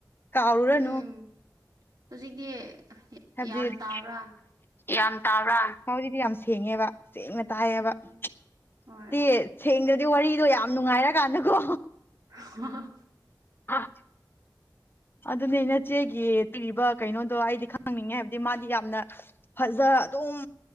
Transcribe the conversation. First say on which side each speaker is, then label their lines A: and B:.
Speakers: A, on the left; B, on the right.
A: ꯀꯥꯎꯔꯨꯔꯅꯨ
B: ꯎꯝ ꯍꯧꯖꯤꯛꯇꯤ
A: ꯍꯥꯏꯕꯗꯤ
B: ꯌꯥꯝ ꯇꯥꯕ꯭ꯔꯥ
A: ꯌꯥꯝ ꯇꯥꯕ꯭ꯔꯥ ꯍꯧꯖꯤꯛꯗꯤ ꯌꯥꯝ ꯁꯦꯡꯉꯦꯕ ꯁꯦꯡꯅ ꯇꯥꯏꯌꯦꯕ
B: ꯎꯝ
A: <unintelligible>
B: ꯍꯣꯏ
A: ꯁꯦꯡꯗꯗꯤ ꯋꯥꯔꯤꯗꯣ ꯌꯥꯝ ꯅꯨꯡꯉꯥꯏꯔꯀꯥꯟꯗꯀꯣ
B: <unintelligible>
A: <unintelligible> ꯑꯗꯨꯅꯦ ꯅꯆꯦꯒꯤ <unintelligible> ꯀꯩꯅꯣꯗꯣ ꯑꯩꯗꯤ ꯈꯪꯅꯤꯡꯉꯦ ꯍꯥꯏꯕꯗꯤ ꯃꯥꯗꯤ ꯌꯥꯝꯅ ꯐꯖ ꯑꯗꯨꯝ